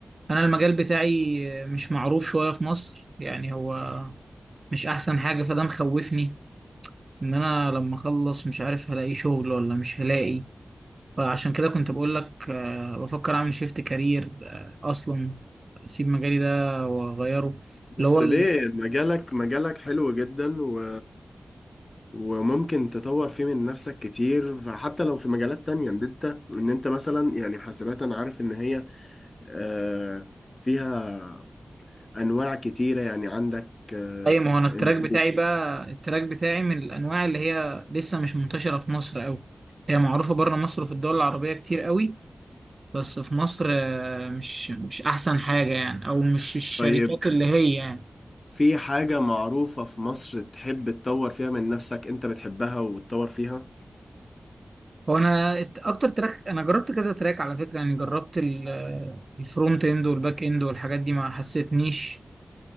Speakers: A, on the right (about 50°); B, on the left (about 45°).
A: أنا المجال بتاعي آه، مش معروف شوية في مصر يعني هو مش أحسن حاجة فده مخوفني ان انا لما اخلص مش عارف هلاقي شغل ولا مش هلاقي فعشان كده كنت بقول لك آه، بفكر اعمل شيفت كارير آه، اصلا اسيب مجالي ده واغيره
B: بس
A: اللي هو ال-
B: ليه مجالك مجالك حلو جدا و وممكن تطور فيه من نفسك كتير فحتى لو في مجالات تانية ان انت ان انت مثلا يعني حاسبات انا عارف ان هي آه، فيها انواع كتيرة يعني عندك آه،
A: اي ما هو انا التراك
B: embedded.
A: بتاعي بقى التراك بتاعي من الانواع اللي هي لسه مش منتشره في مصر قوي هي معروفه بره مصر وفي الدول العربيه كتير قوي بس في مصر آه، مش مش احسن حاجه يعني او مش الشركات
B: طيب
A: اللي هي يعني
B: في حاجة معروفة في مصر تحب تطور فيها من نفسك انت بتحبها وتطور فيها
A: هو انا الت- اكتر تراك انا جربت كذا تراك على فكره يعني جربت ال- الفرونت اند والباك اند والحاجات دي ما حسيتنيش